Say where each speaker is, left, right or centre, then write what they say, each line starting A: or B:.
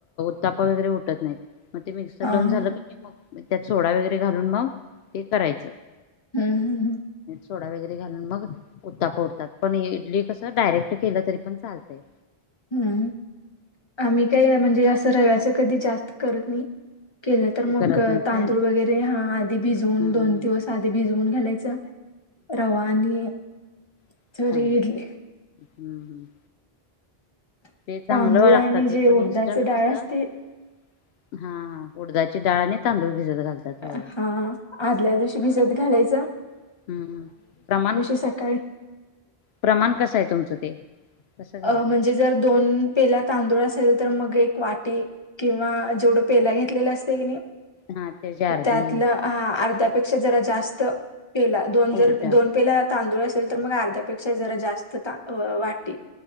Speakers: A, on the left (about 85°); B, on the left (about 25°).
A: <inaudible> तापा वगैरे उटत नाहीत मग ते मिक्सर
B: हां
A: लावून
B: हां
A: झालं
B: हं
A: क नाही मग <inaudible> त्यात सोडा वगैरे घालून मग ते करायचं <inaudible>
B: <inaudible> हम्म हम्म हम्
A: <inaudible> सोडा वगैरे घालून मग उत्ता पोडतात पण इडली कसं डायरेक्ट केलं तरी पण चालते
B: <inaudible> हम्म आम्ही काही म्हणजे असं रव्याच कधी जास्त करत नाही <inaudible> केलं तर मग
A: करत नाही
B: तांदूळ
A: काय
B: वगैरे हा आधी भिजून
A: हम्म
B: दोन
A: हम्म
B: दिवस आधी भिजून <inaudible> घालायच रवा आणि
A: <inaudible>
B: सॉरी
A: चग
B: इडली
A: हम्म हम्म
B: <inaudible>
A: ते चांगलं
B: तांदूळ
A: लागतात
B: आणि जे
A: ते पण
B: उडदाच
A: इन्स्टंट
B: डाळ
A: कसं
B: असते
A: <inaudible> हा हा उडदाची डळने तांदूळ भिजत घालतात
B: <inaudible>
A: होय
B: हा आदल्या दिवशी भिजत घालायच
A: <inaudible> हम्म प्रमाण
B: सकाळी
A: प्रमाण कस आहे तुमचं ते कसं
B: <inaudible>
A: घालताय
B: अ म्हणजे जर दोन पेला तांदूळ असेल <inaudible> तर मग एक वाटी किंवा जेवढं पेला घेतलेला असते की नाही
A: हा त्याची अर्धी
B: त्यातलं हा अर्ध्यापेक्षा जरा जास्त पेला दोन जर
A: उडीडाळ
B: दोन पेला तांदूळ असेल तर मग अर्ध्यापेक्षा जरा जास्त वाटी